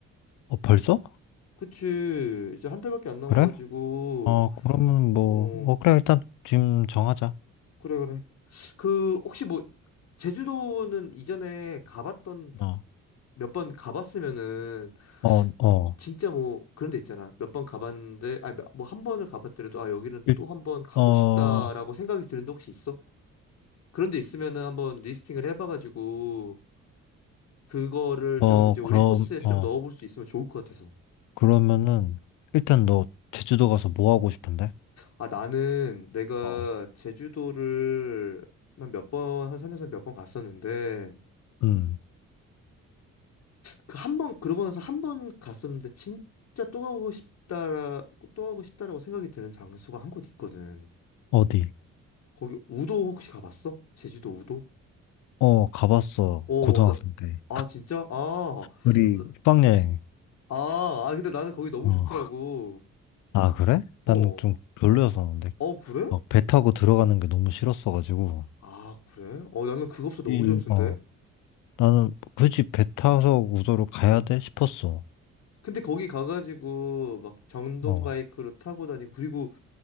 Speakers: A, on the left; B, on the left.
A: 어, 벌써?
B: 그치. 이제 한 달밖에 안 남아가지고
A: 그래? 어, 그러면 뭐,
B: 어
A: 어, 그래, 일단 지금 정하자.
B: 그래 그래. 그 혹시 뭐 제주도는 이전에 가봤던
A: 어,
B: 몇 번 가봤으면은
A: 어, 어,
B: 진짜 뭐 그런 데 있잖아. 몇 번 가봤는데 아니 뭐 한 번을 가봤더라도 아 여기는
A: 일,
B: 또 한 번 가고
A: 어,
B: 싶다라고 생각이 드는데 혹시 있어? 그런 데 있으면은 한번 리스팅을 해봐가지고 그거를
A: 어,
B: 좀 이제 우리
A: 그럼,
B: 코스에 좀
A: 어,
B: 넣어볼 수 있으면 좋을 것 같아서.
A: 그러면은, 일단 너 제주도 가서 뭐 하고 싶은데?
B: 아 나는 내가
A: 어,
B: 제주도를 한 몇 번, 한 3에서 몇 번 갔었는데
A: 음,
B: 그 한 번 그러고 나서 한 번 갔었는데 진짜 또 가고 싶다라 또 가고 싶다라고 생각이 드는 장소가 한 곳 있거든.
A: 어디?
B: 거기 우도 혹시 가봤어? 제주도 우도?
A: 어, 가봤어,
B: 어,
A: 고등학생
B: 나,
A: 때.
B: 아 진짜? 아,
A: 우리
B: 나-
A: 국방여행.
B: 아, 아 근데 나는 거기 너무
A: 어,
B: 좋더라고.
A: 아, 그래?
B: 어,
A: 나는 좀 별로였었는데.
B: 어 그래?
A: 어, 배 타고 들어가는 게 너무 싫었어가지고.
B: 아 그래? 어 나는 그것도 너무
A: 이,
B: 좋던데.
A: 어, 나는 굳이 배 타서 우도로 가야
B: 어.
A: 돼 싶었어.
B: 근데 거기 가가지고 막 전동
A: 어.
B: 바이크로 타고 다니고 그리고